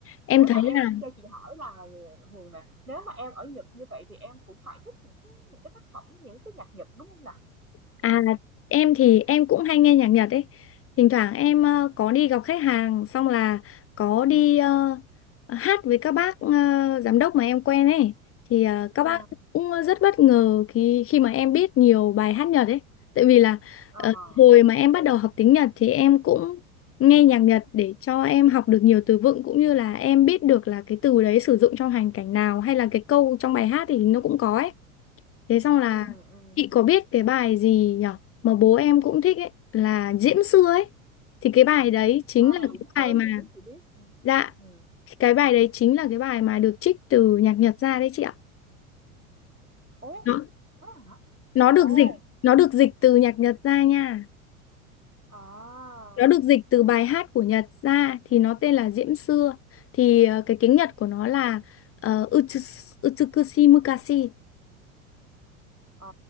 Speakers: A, on the left (about 30°); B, on the right (about 90°).
A: Em
B: Nếu
A: thấy
B: mà em
A: là
B: cho chị hỏi là, Hường nè, nếu mà em ở Nhật như vậy thì em cũng phải thích những cái những cái tác phẩm, những cái nhạc Nhật, đúng không nè?
A: À em thì em cũng hay nghe nhạc Nhật ấy. Thỉnh thoảng em ờ, có đi gặp khách hàng xong là có đi ờ, hát với các bác ờ, giám đốc mà em quen ấy thì ờ, các
B: ừ
A: bác cũng rất bất ngờ khi khi mà em biết nhiều bài hát Nhật ấy. Tại vì là
B: ờ,
A: ờ, hồi
B: ừ
A: mà em bắt đầu học tiếng Nhật thì em cũng nghe nhạc Nhật để cho em học được nhiều từ vựng cũng như là em biết được là cái từ đấy sử dụng trong hoàn cảnh nào hay là cái câu trong bài hát thì nó cũng có ấy. Thế xong là
B: ừ ừm.
A: chị có biết cái bài gì nhở mà bố em cũng thích ấy là Diễm Xưa ấy. Thì cái bài đấy chính
B: À,
A: là
B: bà
A: cái
B: Diễm Xưa
A: bài mà
B: chị biết, chị biết, ừ
A: dạ
B: Ừm.
A: cái bài đấy chính là cái bài mà được trích từ nhạc Nhật ra đấy chị ạ.
B: Ủa,
A: Nó
B: thế hả?
A: nó
B: Ồ,
A: được dịch nó được dịch từ nhạc Nhật ra nha.
B: à!
A: Nó được dịch từ bài hát của Nhật ra thì nó tên là Diễm Xưa. Thì ờ, cái tiếng Nhật của nó là uh, Utsukushi Mukashi.
B: Ờ,